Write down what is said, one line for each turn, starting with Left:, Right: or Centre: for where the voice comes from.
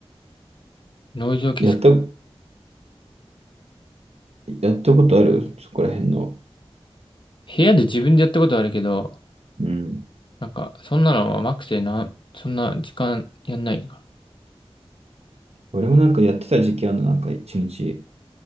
Left: ノイズを消す。
Right: やった、やったことあるそこら辺の。
Left: 部屋で自分でやったことはあるけど、
Right: うん。
Left: なんか、そんなのは甘くてなん、そんな時間やんないのか。
Right: 俺もなんかやってた時期あるの、なんか1日